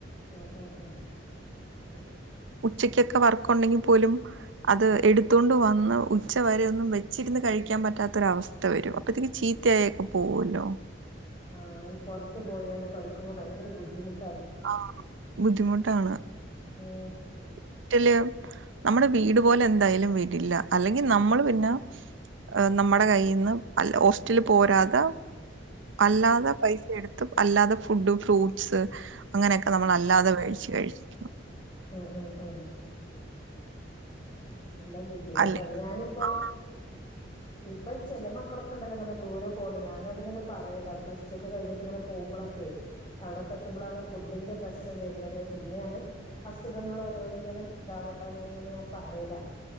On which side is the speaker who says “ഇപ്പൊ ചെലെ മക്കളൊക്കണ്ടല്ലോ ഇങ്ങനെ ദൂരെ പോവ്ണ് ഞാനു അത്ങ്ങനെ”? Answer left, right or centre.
Left